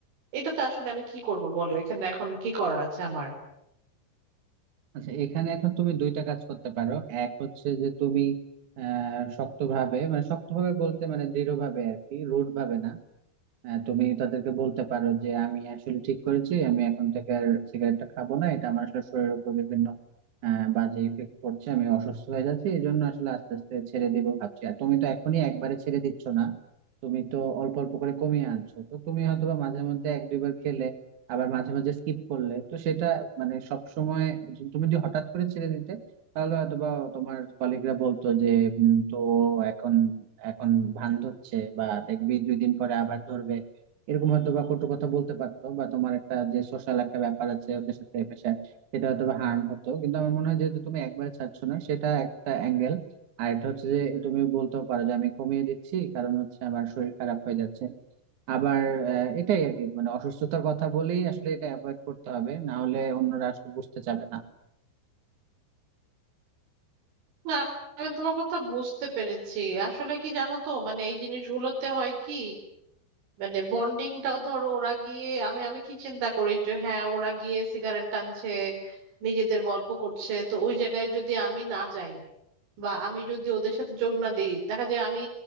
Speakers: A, on the right (about 75°); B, on the right (about 50°).
A: এটা তো আসলে আমি কি করব বলো এখানে এখন কি করার আছে আমার
B: আচ্ছা এখানে এখন তুমি দুইটা কাজ করতে পারো এক হচ্ছে যে তুমি আহ শক্তভাবে মানে শক্তভাবে বলতে মানে দৃঢ়ভাবে আর কি রুড ভাবে না হ্যাঁ তুমি তাদেরকে বলতে পারো যে আমি আসলে ঠিক করেছি আমি এখন থেকে আর সিগারেটটা খাবো না এটা আমার আসলে শরীরের উপর বিভিন্ন আহ, বাজে ইফেক্ট পড়ছে আমি অসুস্থ হয়ে যাচ্ছি এই জন্য আসলে আস্তে আস্তে ছেড়ে দেবো ভাবছি আর তুমি তো এখনই একবারে ছেড়ে দিচ্ছ না তুমি তো অল্প অল্প করে কমিয়ে আনছো তো তুমি হয়তোবা মাঝে মধ্যে এক দুইবার খেলে আবার মাঝে মাঝে স্কিপ করলে তো সেটা মানে সব সময় তুমি যদি হঠাৎ করে ছেড়ে দিতে তাহলে অথবা তোমার কলিগরা বলতো যে উম, তো এখন এখন ভান ধরছে বা দেখবি দুই দিন পরে আবার ধরবে এরকম হয়তো বা কটু কথা বলতে পারতো বা তোমার একটা যে সোশ্যাল একটা ব্যাপার আছে ওদের সাথে মেশার সেটা হয়তো হার্ম হতো কিন্তু আমার মনে হয় যেহেতু তুমি একবারে ছাড়ছো না সেটা একটা অ্যাঙ্গেল আর এটা হচ্ছে যে তুমি বলতেও পারো যে আমি কমিয়ে দিচ্ছি কারণ হচ্ছে আমার শরীর খারাপ হয়ে যাচ্ছে আবার আহ, এটাই আর কি মানে অসুস্থতার কথা বলেই আসলে এটা অ্যাভয়েড করতে হবে না হলে অন্যরা আসলে বুঝতে চাবে না
A: না আমি তোমার কথা বুঝতে পেরেছি আসলে কি জানো তো মানে এই জিনিসগুলোতে হয় কি মানে বন্ডিংটাও ধরো ওরা গিয়ে আমি আমি কি চিন্তা করি যে হ্যাঁ ওরা গিয়ে সিগারেট টানছে নিজেদের গল্প করছে তো ওই জায়গায় যদি আমি না যাই বা আমি যদি ওদের সাথে যোগ না দিই দেখা যায় আমি